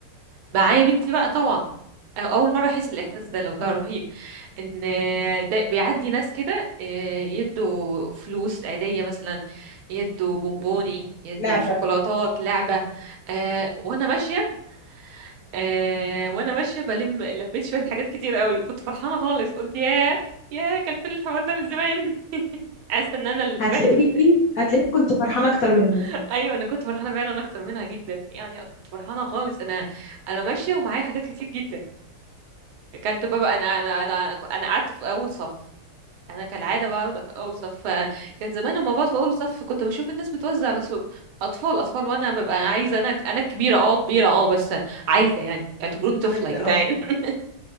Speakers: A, on the right (about 75°); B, on the left (about 80°).
A: معايا بنتي بقى طبعا أو- اول مره احس بالاحساس ده لو تعرفيه
B: آه،
A: ان ده بيعدي ناس كده آه، يدوا فلوس عاديه مثلا يدوا بونبوني يدوا
B: لعبة
A: شوكولاتات لعبه آه، وانا ماشيه آه، وانا ماشيه بلم لبيت شويه حاجات كتير قوي كنت فرحانه خالص قلت ياه ياه كان فين الحوار ده من زمان <laughs> حاسه ان انا اللي
B: هتلاقيكي
A: فرحت بيه.
B: هتلاقيكي كنت فرحانة أكتر منها
A: <laughs> ايوه انا كنت فرحانه فعلا اكتر منها جدا يعني كنت فرحانه خالص انا انا ماشيه ومعايا حاجات كتير جدا كانت بابا انا انا انا انا قعدت في اول صف انا كالعاده بقعد في اول صف كان زمان لما بقعد في اول صف كنت بشوف الناس بتوزع بس اطفال اطفال وانا ببقى عايزه انا انا كبيره اه كبيره اه بس عايزه يعني اعتبروني طفله
B: عايزة
A: يا جدعان
B: اه
A: <laughs>